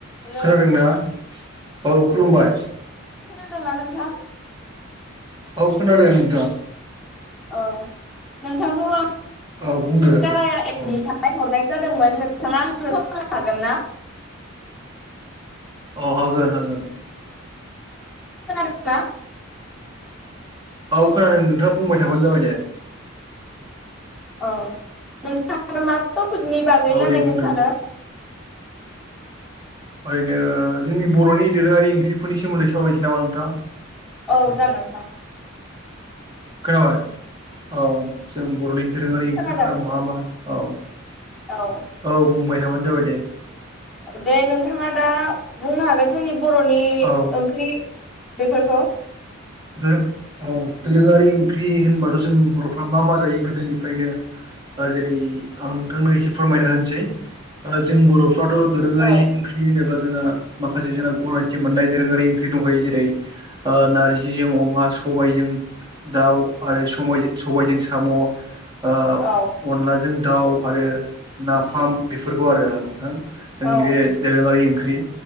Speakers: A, in the centre; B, on the right (about 20°).
A: Hello
B: खोनादोंना औ खुलुमबाय।
A: खोनादोंना नोंथां?
B: औ खोनादों नोंथां।
A: औ नोंथांखौ आं
B: औ बुंदो
A: कार एमनि
B: औ
A: थाखाय हरनाय जादोंमोन नोंथाङानोनो हागोन ना?
B: अ होगोन होगोन।
A: खोनादों ना?
B: औ खोनादों नोंथाङा बुंबाय थाबानो जाबाय दे।
A: औ नोंथाङा मा टपिकनि बागै
B: औ
A: रायलायनो
B: दे बुंदो
A: सानो?
B: ओरैनो जोंनि बर'नि दोरोङारि ओंख्रिफोरनि सोमोन्दै सावरायनोसै नामा नोंथां?
A: औ जागोनथां।
B: खोनाबाय औ जों बर'नि दोरोङारि ओंख्रिफोरा
A: खोनादों
B: मा मा औ
A: औ
B: औ बुंबाय थाबानो जाबाय दे।
A: दे नोंथाङा दा बुंनो हागोन जोंनि बर'नि
B: औ
A: ओंख्रि बेफोरखौ
B: दा औ दोरोङारि ओंख्रि होनबाथ' जों बर'फ्रा मा मा जायो गोदोनिफ्रायनो ओ जेरै आं नोंथांनो एसे फोरमायना होनोसै जों बर' फ्राथ' दोरोङारि
A: औ
B: ओंख्रि होनोबा जोंङो माखासे जोंना गनायथि मोननाय दोरोङारि ओंख्रि दंखायो जेरै ओ नारजि जिजों अमा सबायजों दाउ आरो समाय सबायजों साम' ओ अनलाजों
A: औ
B: दाउ आरो नाफाम बेफोरखौ आरो नोंथां जोंनि
A: औ
B: बे दोरोङारि ओंख ख्रि